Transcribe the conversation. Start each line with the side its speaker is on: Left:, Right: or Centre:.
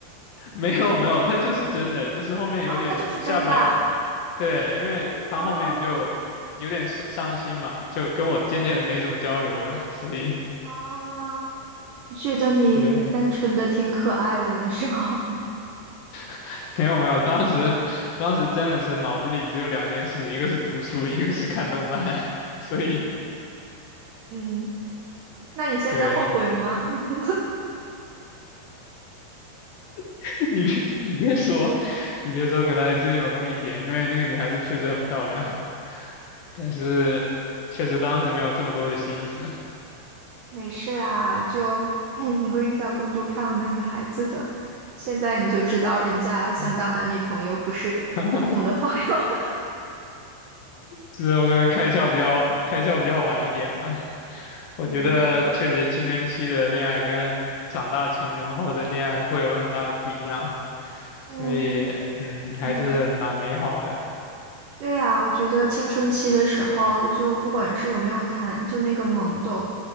Left: <laughs> 没有没有，他就是真的，就是后面有点下不来。
Right: 然后他就是真的
Left: 对，因为他后面就有点伤伤心嘛，
Right: 啊
Left: 就跟我渐渐没怎么交流了，所以
Right: 啊！觉得你单纯的挺可爱的那时候，
Left: 对，<laughs> 没有没有，当时当时真的是脑子里只有两件事，一个是读书，一个是看动漫，<laughs> 所以
Right: <laughs> 嗯，那你现在后悔吗？
Left: 对
Right: <laughs>
Left: <laughs> 你别你别说，你别说，可能还真有那么一点，因为那个女孩子确实很漂亮，但是确实当时没有这么多的心思，<laughs>
Right: 没事啦，就 <clears throat> 你会遇到更多漂亮的女孩子的。现在你就知道人家想当男女朋友，
Left: 嗯
Right: 不是普通的朋友了
Left: <laughs> 是我可能开窍比较开窍比较晚一点吧，我觉得确实青春期的恋爱跟长大成人后的恋爱会有很大的不一样，
Right: <laughs> 嗯嗯
Left: 所以嗯，还是蛮美好的。
Right: 嗯，对呀，我觉得青春期的时候，就不管是有没有谈，就那个懵懂，